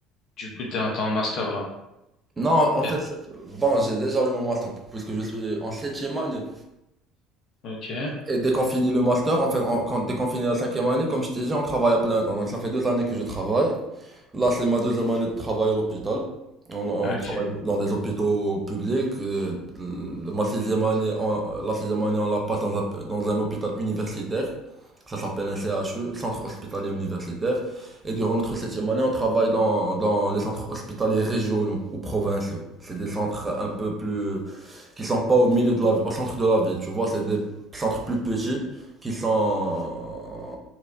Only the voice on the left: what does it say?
du coup t'es en, t'es en master là.
Bien.
Ok,
ok,